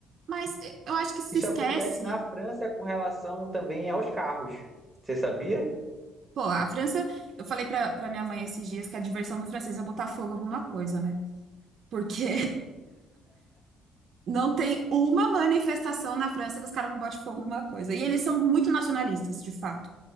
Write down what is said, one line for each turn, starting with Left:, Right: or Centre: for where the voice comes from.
Right: Mas eh, eu acho que se
Centre: Isso
Right: esquece.
Centre: acontece na França com relação também aos carros. Você sabia?
Right: Pô, a França, eu falei pra, pra minha mãe esses dias que a diversão do francês é botar fogo em alguma coisa, né? Porque Não tem uma manifestação na França que os caras não botem fogo numa coisa. E eles são muito nacionalistas, de fato.